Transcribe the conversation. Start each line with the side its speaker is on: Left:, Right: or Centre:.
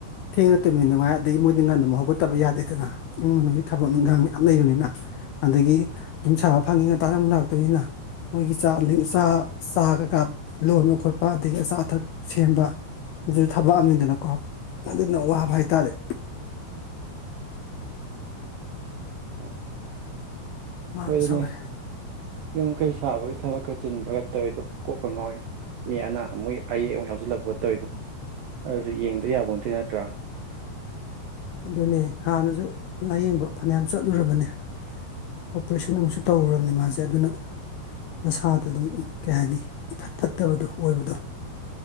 Left: ꯊꯦꯡꯅ ꯇꯨꯝꯃꯤꯗꯤꯉꯥꯏ ꯑꯗꯩꯩ ꯃꯣꯏꯗꯤ ꯉꯟꯅ ꯑꯃꯨꯛ ꯍꯧ ꯍꯧꯒꯠꯇꯕ ꯌꯥꯗꯦꯗꯅ ꯏꯃꯨꯡ ꯃꯅꯨꯡꯒꯤ ꯊꯕꯛ ꯏꯪꯈꯡ ꯃꯌꯥꯝ ꯂꯩꯕꯅꯤꯅ꯫ ꯑꯗꯒꯤ ꯌꯨꯝ ꯁꯥꯕ ꯐꯪꯉꯤꯅ ꯉꯥꯟꯇꯅ ꯑꯃꯨꯛ ꯂꯥꯛꯇꯣꯏꯅꯤꯅ ꯃꯣꯏꯒꯤ ꯆꯥꯛ ꯆ ꯆꯥꯒ ꯀꯥ ꯂꯣꯟꯕ ꯈꯣꯠꯄ ꯑꯗꯒꯤ ꯑꯆꯥ ꯑꯊꯛ ꯁꯦꯝꯕ꯫ ꯑꯗꯨꯁꯨ ꯊꯕꯛꯑꯅꯤꯗꯅꯀꯣ ꯑꯗꯨꯅ ꯋꯥꯕ ꯍꯥꯏꯇꯥꯔꯦ꯫
Right: ꯎꯝ
Left: ꯋꯥ
Right: ꯍꯣꯏ
Left: ꯌꯥꯝ
Right: ꯑꯗꯨꯅꯤ
Left: ꯁꯧꯋꯦ
Right: ꯌꯨꯝ ꯀꯩ ꯁꯥꯕꯒꯤ ꯊꯕꯛꯀ ꯆꯤꯟꯕꯒ ꯇꯧꯔꯤꯗꯣ ꯀꯣꯛꯀ ꯉꯥꯎꯋꯤ꯫ ꯃꯤ ꯑꯅꯥ ꯃꯣꯏ ꯑꯌꯦꯛ ꯑꯨꯛ ꯌꯥꯎꯁꯤꯜꯂꯛꯄ ꯇꯧꯔꯤꯗꯣ ꯑꯗꯨ ꯌꯦꯡꯗ ꯌꯥꯕ ꯅꯠꯇ ꯅꯠꯇ꯭ꯔꯥ꯫
Left: ꯑꯗꯨꯅꯦ ꯍꯥꯟꯅꯁꯨ ꯂꯥꯏꯌꯦꯡꯕ ꯐꯅꯌꯥꯝ ꯆꯠꯂꯨꯔꯕꯅꯤ꯫ ꯑꯣꯄꯔꯦꯁꯟ ꯑꯃꯨꯛꯁꯨ ꯇꯧꯔꯨꯔꯕꯅꯤ ꯃꯥꯁꯦ ꯑꯗꯨꯅ ꯃꯁꯥꯗ‌ꯣ ꯑꯗꯨꯝ ꯀꯩ ꯍꯥꯏꯅꯤ ꯏꯐꯠ ꯐꯠꯇꯕꯗꯣ ꯑꯣꯏꯕꯗꯨ꯫